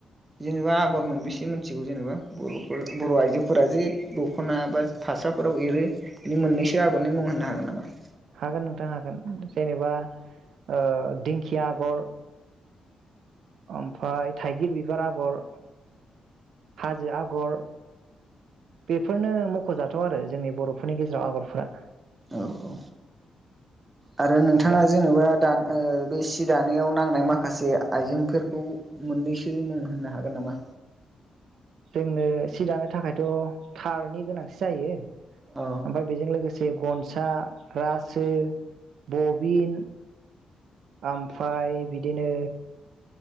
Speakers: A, on the right; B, on the right.
A: जेनेबा आगर मोनबेसे मिथिगौ जेनेबा बर' बर' आइजोफोरा जे दख'ना बा फास्राफोराव एरो बि मोननैसो खि आगरनि मुं होनो हागोन नामा
B: हागोन नोंथां हागोन जेनेबा ओ दिंखिया आगर ओमफफ्राय थाइगिर बिबार आगर हाजो आगर बेफोरनो म मख'जाथाव आरो जोंनि बर'फोरनि गेजेराव आगरफोरा
A: औ औ आरो नोंथाङा
B: दा
A: जेनेबा दा ओ बे सि दानायाव नांनाय माखासे आइजेंफोरखौ मोननैसो मुं होननो हागोन नामा?
B: जोंनो सि दानो थाखायथ' थारनि गोनांथि जायो
A: अ
B: ओमफ्राय बेजों लोगोसे गनस सा रासो बबिन ओमफ्राय बिदिनो